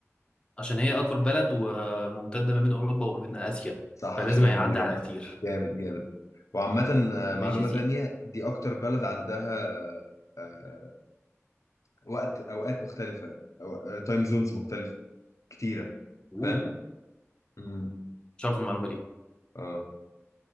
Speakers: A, on the left; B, on the left.
A: عشان هي أكبر بلد وممتدة ما بين أوروبا وما بين آسيا
B: صح
A: فلازم
B: عشان هي
A: هيعدي
B: كبيرة
A: على كتير
B: جامد جامد وعامة آه، معلومة
A: ماشي يا سيدي
B: تانية دي أكتر بلد عندها آه، وقت أوقات مختلفة أو تايم زونز مختلفة كتيرة
A: أوه.
B: فاهم؟ امم
A: مش عارف المعلومة دي
B: اه